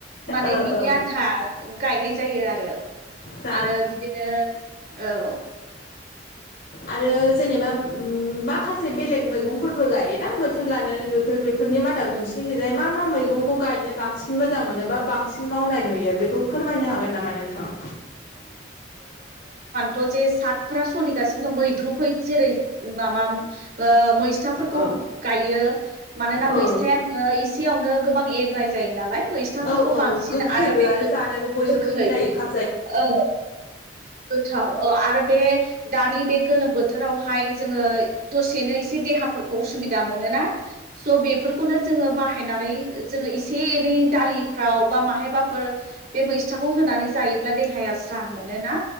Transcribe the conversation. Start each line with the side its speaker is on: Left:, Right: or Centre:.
Right: माने
Left: ओ
Right: बिनि
Left: ओ
Right: आन्था गायनाय जायो आरो
Left: जा
Right: आरो बिदिनो औ
Left: आरो जेनेबा उम माखासे बेलेग मैगंफोरबो गायोना बोथोर लानानै बोथोर बे फोरनि मादाव नोंसिनिखैजाय मा मा मैगंखौ गायनो बांसिन मोजां मोनो बा बांसिन मावनाय नुयो बेखौ फोर मायनो हागोन नामा नोंथाङा?
Right: थ जे सागफ्रा सलिगासिनो दं मैद्रु फै जेरै मा माम ओ। साफोरखौ
Left: अ
Right: गायो मानोना
Left: औ
Right: मैस्थायानो ओ एसेयावनो गोबां एरनाय जायो नालाय। मैस्थाफोरखौ
Left: औ औ
Right: बांसिन
Left: गोखैबो
Right: बे
Left: आरो जानोबो
Right: गोखै
Left: बयजोंबो मिलायो खा
Right: औ गोथाव औ आरो बे। दानि बे गोलोम बोथोरावहाय जोङो दसेनो एसे देहाफोरखौ उसुबिदा मोनोना। स' बेफोरखौनो जोङो बाहायनानै जोङो एसे एनै दालिफ्राव बा माहायबाफोर। बे मैस्थाखौ होनानै जायोब्ला देहाया स्रां मोनोना।